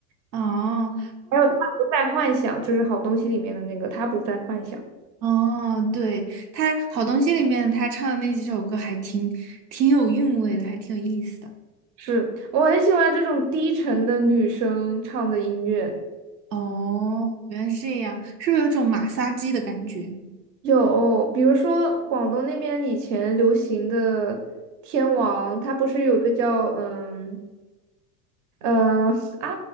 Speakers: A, on the right; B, on the right.
A: 哦。
B: 还有她不再幻想，就是好东西里面的那个她不再幻想。
A: 哦，对，他好东西里面他唱的那几首歌还挺挺有韵味的，还挺有意思的。
B: 是，我很喜欢这种低沉的女生唱的音乐。
A: 哦，原来是这样，是不是有种马杀鸡的感觉？
B: 有，比如说广东那边以前流行的天王，他不是有个叫嗯嗯、呃啊